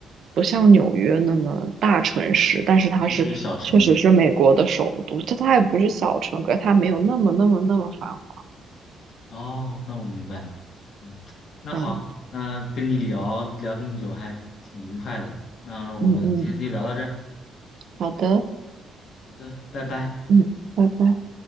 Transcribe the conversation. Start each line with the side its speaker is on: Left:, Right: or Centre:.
Right: 不像纽约那么大城市，但是它是确实是美国的首都，
Left: 啊、就是小城。
Right: 就它也不是小城，可是它没有那么那么那么繁华。
Left: 哦，那我明白了。嗯，那好，
Right: 嗯
Left: 那跟你聊聊这么久还挺愉快的，那我们今天就聊到这儿
Right: 嗯嗯，好的，
Left: 好的，拜拜。
Right: 嗯，拜拜。